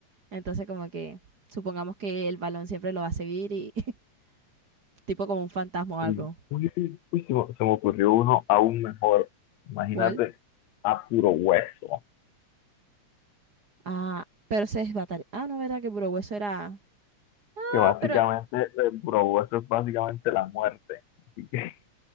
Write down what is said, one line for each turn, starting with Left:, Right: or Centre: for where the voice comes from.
Right: entonces como que supongamos que el balón siempre lo va a seguir y <laughs> tipo como un fantasma o
Left: Uy,
Right: algo.
Left: uy, uy, uy, se me, se me ocurrió uno aún mejor. Imagínate
Right: ¿Cuál?
Left: a puro hueso.
Right: Ah, pero se desbataría. Ah, no, verdad que puro hueso era... Ah,
Left: que básicamente,
Right: pero
Left: eh, bro, eso es básicamente la muerte. Así que,